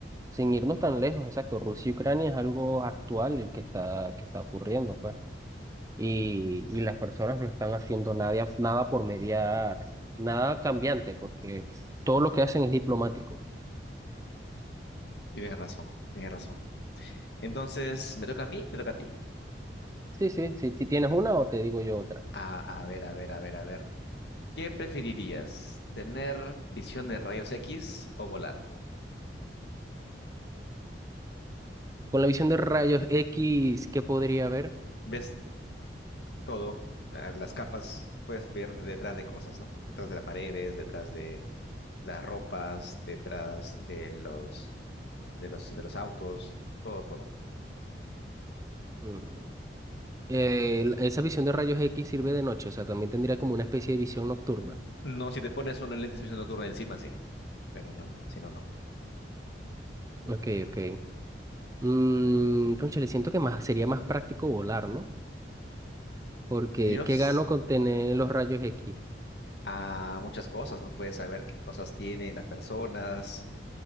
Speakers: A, on the right; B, on the left.
A: sin irnos tan lejos, exacto, Rusia y Ucrania es algo actual el que está, que está ocurriendo, pues. Y, y las personas no están haciendo nada, nada por mediar, nada cambiante, porque todo lo que hacen es diplomático.
B: Tienes razón, tienes razón. Entonces, ¿me toca a mí? ¿Me toca a ti?
A: Sí, sí, sí, si tienes una o te digo yo otra.
B: A, a ver, a ver, a ver, a ver. ¿Qué preferirías? ¿Tener visión de rayos X o volar?
A: Con la visión de rayos X, ¿qué podría haber?
B: Ves todo, eh, las capas, puedes ver detrás de cosas, ¿no? Detrás de las paredes, detrás de las ropas, detrás de los, de los, de los autos, todo, todo.
A: Mm, Eh, l- esa visión de rayos X sirve de noche, o sea, también tendría como una especie de visión nocturna.
B: No, si te pones unos lentes de visión nocturna encima, sí. pero no, si no, no.
A: Ok, ok. Mm, cónchale, siento que más, sería más práctico volar, ¿no? Porque,
B: Dios,
A: ¿qué gano con tener los rayos X?
B: a muchas cosas, ¿no? Puedes saber qué cosas tienen las personas,